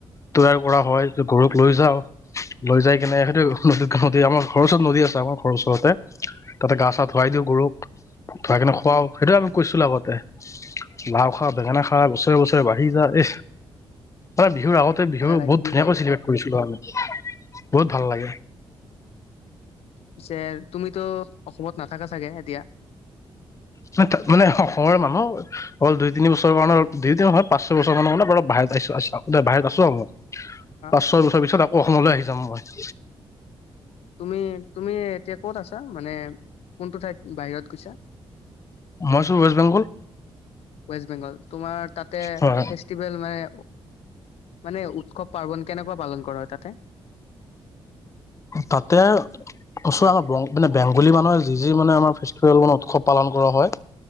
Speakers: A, on the left (about 30°); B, on the left (about 80°).
A: তৈয়াৰ কৰা হয় গৰুক লৈ যাওঁ। লৈ যাই কিনে সহটো নদীত নদী আমাৰ ঘৰ ওচৰত নদী আছে আমাৰ ঘৰওচৰতোতে গা ধুৱাই দিলে গৰুক ধৰা ধোৱাই খুৱাও
B: উম,
A: সেইটোও আমি কৈছিলো আগত। লাও খা বেঙেনা খা বছৰে বছৰে বাঢ়ি যা এই। বিহু আগ বিহু
B: ভালে লাগে বিহু
A: ধুনীয়াকৈ
B: আহিলে।
A: চেলিব্ৰট কৰিছিলোঁ আমি বহুত ভাল লাগে
B: পিছে তুমিটো অসমত নাথাকা চাগে এতিয়া?
A: তাত মানে অসমৰ মানুহ অকল দুই তিনি বছৰ কাৰণে দুই পাঁচ ছয় বছৰ মানৰ মানে বৰ ভাহ বাহিৰত আছো আৰু মই
B: অ',
A: পাঁচ ছয় বছৰ পিছত আকৌ অসমলৈ আহি যাম মই।
B: তুমি তুমি এতিয়া ক'ত আছা মানে কোনটো ঠাইত বাহিৰত গৈছা
A: মই আছো ৱেষ্ট বেংগল।
B: ৱেষ্ট বেংগল তোমাৰ তাতে
A: হয়
B: ফেষ্টিভেল মানে মানে উৎসৱ-পাৰ্বন কেনেকুৱা পালন কৰা হয় তাতে?
A: তাতে ওচৰ আমাৰ মানে বং বেংগলী মানুহে যি যি মানে আমাৰ ফেষ্টিভেল মানে উৎসৱ পালন কৰা হয়